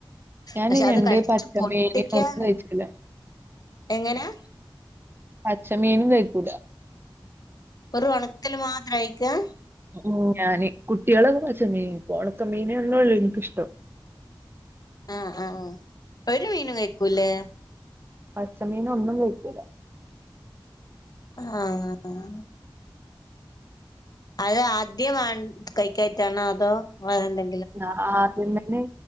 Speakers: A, on the right (about 25°); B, on the left (about 45°).
A: ഞാൻ
B: പക്ഷെ അത്
A: ഞണ്ട്
B: കടിച്ചു
A: പച്ചമീന്
B: പൊട്ടിക്കാനെ,
A: ഒന്നും കഴിച്ചില്ല
B: എങ്ങനാ?
A: പച്ച മീനും കഴിക്കൂല.
B: വെറും ഒണക്കല് മാത്രാ കയിക്കാ.
A: ഉം ഞാന്. കുട്ട്യേളൊക്കെ പച്ച മീൻ കഴിക്കും ഒണക്കമീനൊന്നൊള്ളൂ ഇൻക്കിഷ്ടം.
B: ആഹ് ആഹ്. ഒരു മീനും കഴിക്കൂല്ലേ?
A: പച്ചമീനൊന്നും കഴിക്കൂല.
B: ആഹ് അത് ആദ്യം വെണ്ട് കഴിക്കായിട്ടാണോ അതോ വേറെ എന്തെ
A: ആഹ് ആദ്യംതന്നെ.